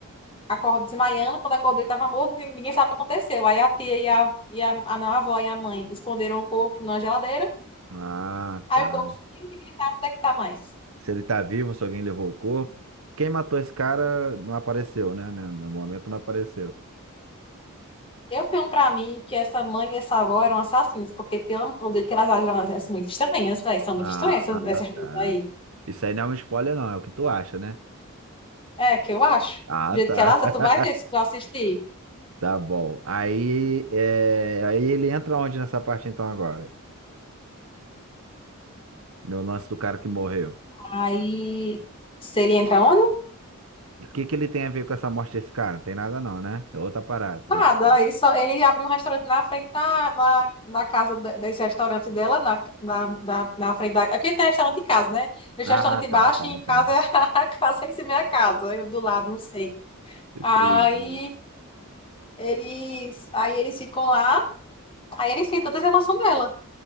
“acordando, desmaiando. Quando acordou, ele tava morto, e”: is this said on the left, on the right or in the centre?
Left